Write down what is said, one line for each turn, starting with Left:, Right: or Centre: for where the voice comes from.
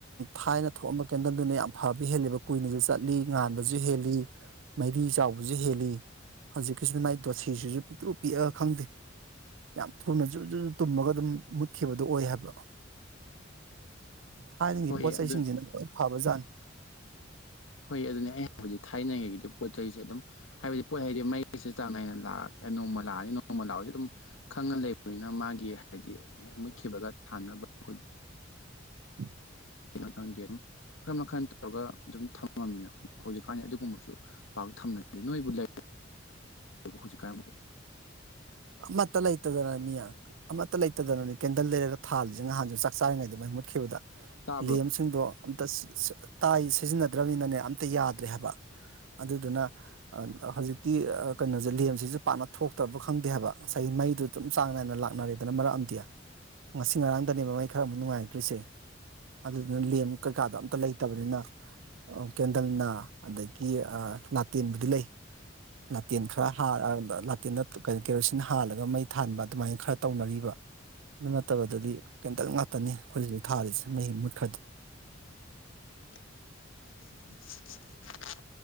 Right: ꯊꯥꯏꯅ ꯊꯣꯛꯑꯝꯕ ꯀꯦꯟꯗꯜꯗꯨꯅ ꯌꯥꯝ ꯐꯕ ꯍꯦꯜꯂꯤꯕ ꯀꯨꯏꯅꯁꯨ ꯆꯠꯂꯤ ꯉꯥꯟꯕꯁꯨ ꯍꯦꯜꯂꯤ ꯃꯩꯔꯤ ꯆꯥꯎꯕꯁꯨ ꯍꯦꯜꯂꯤ ꯍꯧꯖꯤꯛꯀꯤꯁꯤꯗꯤ ꯃꯥꯏ ꯗꯣꯁꯤꯁꯤꯁꯨ ꯄꯤꯛꯇ꯭ꯔꯨꯛ ꯄꯤꯛꯑꯒ ꯈꯪꯗꯦ ꯌꯥꯝ ꯊꯨꯅ ꯖꯨꯔ ꯖꯨꯔ ꯇꯨꯝꯃꯒ ꯑꯗꯨꯝ ꯃꯨꯠꯈꯤꯕꯗꯣ ꯑꯣꯏ ꯍꯥꯏꯕ ꯊꯥꯏꯅꯒꯤ
Left: ꯍꯣꯏ
Right: ꯄꯣꯠ ꯆꯩꯁꯤꯡꯁꯤꯅ
Left: ꯑꯗꯨ
Right: ꯂꯣꯏ ꯐꯕꯖꯥꯠꯅꯤ
Left: ꯍꯣꯏ ꯑꯗꯨꯅꯦ ꯑꯩ ꯍꯥꯏꯕꯗꯤ ꯊꯥꯏꯅꯉꯩꯒꯤꯗꯤ ꯄꯣꯠ ꯆꯩꯁꯦ ꯑꯗꯨꯝ ꯍꯥꯏꯕꯗꯤ ꯄꯣꯠ ꯍꯥꯏꯗꯤ ꯃꯩꯁꯤ ꯆꯥꯡ ꯅꯥꯏꯅ ꯂꯥꯛꯑ ꯅꯣꯡꯃ ꯂꯥꯛꯑꯅꯤ ꯅꯣꯡꯃ ꯂꯥꯛꯑꯣꯁꯨ ꯑꯗꯨꯝ ꯈꯪꯉ ꯂꯩꯔꯕꯅꯤꯅ ꯃꯥꯒꯤ ꯒꯤ ꯍꯥꯏꯗꯤ ꯃꯨꯠꯈꯤꯕꯒ ꯊꯥꯅꯕ ꯑꯩꯈꯣꯏ
Right: ꯎꯝ
Left: ꯈꯪꯗꯦ ꯑꯗꯨꯝ ꯃꯈꯟ ꯃꯈꯜ ꯇꯧꯔꯒ ꯑꯗꯨꯝ ꯊꯝꯃꯃꯤꯅ ꯍꯧꯖꯤꯛꯀꯥꯟꯗꯤ ꯑꯗꯨꯒꯨꯝꯕꯁꯨ ꯊꯝꯅꯔꯤꯗꯦ ꯅꯣꯏꯕꯨ ꯍꯧꯖꯤꯛꯀꯥꯟꯕꯨ
Right: ꯑꯃꯇ ꯂꯩꯇꯗꯅꯅꯤꯌꯦ ꯑꯃꯠꯇ ꯂꯩꯇꯗꯅꯅꯦ ꯀꯦꯟꯗꯜ ꯂꯩꯔꯒ ꯊꯥꯜꯂꯤꯁꯦ ꯅꯍꯥꯟꯁꯨ ꯆꯥꯛ ꯆꯥꯔꯤꯉꯩꯗ ꯃꯩ ꯃꯨꯠꯈꯤꯕꯗ
Left: ꯇꯥꯕ꯭ꯔꯣ
Right: ꯂꯦꯝꯁꯤꯡꯗꯣ ꯑꯝꯇ ꯇꯥꯏ ꯁꯤꯖꯤꯟꯅ ꯗ꯭ꯔꯕꯅꯤꯅꯅꯦ ꯑꯝꯇ ꯌꯥꯗ꯭ꯔꯦ ꯍꯥꯏꯕ ꯑꯗꯨꯗꯨꯅ ꯍꯧꯖꯤꯛ ꯇꯤ ꯀꯩꯅꯣꯁꯦ ꯂꯦꯝꯁꯤꯁꯨ ꯄꯥꯛꯅ ꯊꯣꯛꯇꯕ ꯈꯪꯗꯦ ꯍꯥꯏꯕ ꯉꯁꯥꯏꯒꯤ ꯃꯩꯗꯨ ꯁꯨꯝ ꯆꯥꯡ ꯅꯥꯏꯅ ꯂꯥꯛꯅꯔꯦꯗꯅ ꯃꯔꯛ ꯑꯝꯗꯤ ꯉꯁꯤ ꯉꯔꯥꯡꯗꯅꯦꯕ ꯃꯩ ꯈꯔ ꯅꯨꯡꯉꯥꯏꯇ꯭ꯔꯤꯁꯦ ꯑꯗꯨꯗꯨꯅ ꯂꯦꯝ ꯀꯩꯀꯥꯗꯣ ꯑꯝꯇ ꯂꯩꯇꯕꯅꯤꯅ ꯀꯦꯟꯗꯜꯅ ꯑꯗꯒꯤ ꯂꯥꯇꯦꯟꯕꯨꯗꯤ ꯂꯩ ꯂꯥꯇꯦꯟ ꯈꯔ ꯂꯥꯇꯦꯟꯗ ꯀꯦꯔꯣꯁꯤꯟ ꯍꯥꯜꯂꯒ ꯃꯩ ꯊꯥꯟꯕ ꯑꯗꯨꯃꯥꯏꯅ ꯈꯔ ꯇꯧꯅꯔꯤꯕ ꯑꯗꯨ ꯅꯠꯇꯕꯗꯗꯤ ꯀꯦꯟꯗꯜ ꯉꯥꯛꯇꯅꯤ ꯑꯩꯈꯣꯏꯁꯤꯗ ꯊꯥꯜꯂꯤꯁꯤ ꯃꯩ ꯃꯨꯠꯈ꯭ꯔꯗꯤ
Left: <inaudible> <inaudible>